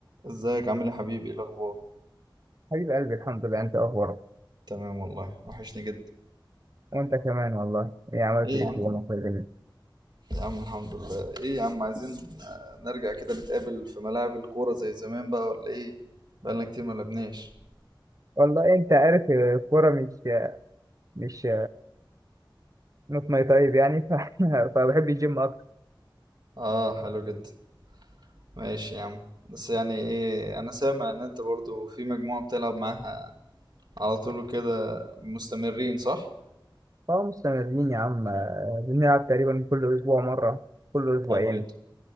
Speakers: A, on the right (about 60°); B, on the right (about 40°).
A: ازيك عامل ايه يا حبيبي ايه الاخبار
B: حبيب قلبي الحمد لله انت اخبارك
A: تمام والله وحشني جدا
B: وانت كمان والله ايه عملت
A: ايه
B: ايه
A: يا عم
B: في يومك ولا إيه؟
A: يا عم الحمد لله ايه يا عم عايزين آه، نرجع كده نتقابل في ملاعب الكورة زي زمان بقى ولا ايه بقالنا كتير ما لعبناش
B: والله انت عارف الكوره مش مش نوت ماي تايب يعني ف... <laughs> فبحب الجيم اكتر
A: اه حلو جدا ماشي يا عم بس يعني ايه انا سامع ان انت برضو في مجموعة بتلعب معاها على طول كده مستمرين صح
B: فمستمرين يا عم بنلعب تقريبا كل اسبوع مره كل اسبوعين
A: حلو جدا